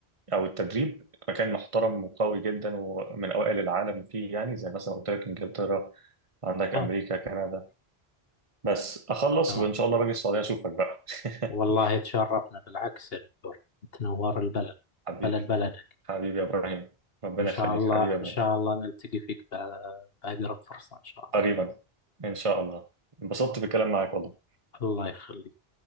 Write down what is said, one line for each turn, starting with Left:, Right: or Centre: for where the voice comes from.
Right: او التدريب مكان محترم وقوي جدا ومن اوائل العالم فيه يعني زي مثلا قلت لك انجلترا عندك
Left: آه.
Right: امريكا كندا بس اخلص
Left: تمام
Right: وان شاء الله باجي السعوديه اشوفك بقى
Left: والله
Right: <laughs>
Left: تشرفنا بالعكس يا دكتور تنور البلد
Right: حبيبي
Left: بلد بلدك
Right: حبيبي يا ابراهيم ربنا
Left: إن شاء
Right: يخليك
Left: الله
Right: حبيبي يا ابراهيم
Left: إن شاء الله نلتقي فيك بأ- بأقرب فرصة إن شاء الله
Right: قريبا ان شاء الله انبسطت بالكلام معاك والله
Left: الله يخليك